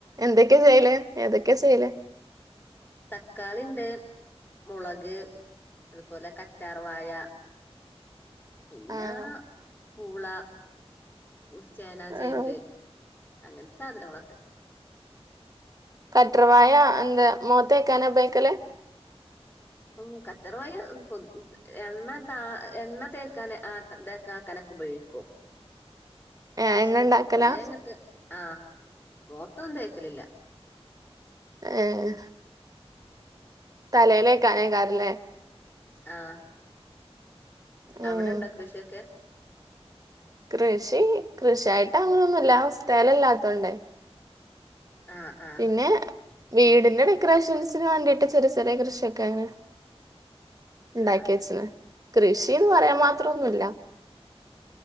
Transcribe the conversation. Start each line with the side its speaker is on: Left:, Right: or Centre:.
Right: എന്തൊക്കെയ ചെയ്യല് ഏതൊക്കെ ചെയ്യല്
Left: തക്കാളി ഇണ്ട് മൊളക് അതുപോലെ കറ്റാർ പവായ പിന്ന
Right: ആഹ്
Left: പൂള ഉൽച്ചേന ചേമ്പ്
Right: ആഹ്
Left: അങ്ങനത്തെ സാധനങ്ങളൊക്കെണ്ട്.
Right: കറ്റർവായ എന്ത് മോത്തേക്കാന ഉപയോഗിക്കല്.
Left: അം കറ്റർവാ മ് കൊത് എണ്ണ ത എണ്ണ തേക്കാന് ആ ത് തേക്ക ആക്കാനൊക്കെ ഉപയോഗിക്കും.
Right: ഏഹ് എണ്ണ
Left: ശ്ശെ
Right: ഇണ്ടാക്കലാ
Left: പൊതുവെങ്ങട്ട് ആഹ് മൊത്തൊന്നും തേക്കലില്ല.
Right: എഹ് തലയിലേക്ക അനേക്കാറല്ലേ.
Left: ആ അവിടെണ്ടോ
Right: ഉം
Left: കൃഷിയൊക്കെ.
Right: കൃഷി കൃഷിയായിട്ട് അങ്ങനൊന്നുല്ല സ്ഥലല്ലാത്തോണ്ടേ.
Left: ആ ആ
Right: പിന്നെ വീടിന്റെ ഡെക്കറേഷൻസിന് വേണ്ടിയിട്ട് ചെറിയ ചെറിയ കൃഷിയൊക്കെ അങ്ങനെ ഇണ്ടാക്കി
Left: ആഹ്
Right: വെച്ചിന് കൃഷീന്ന് പറയാൻ
Left: ഉം
Right: മാത്രം ഒന്നൂല്ല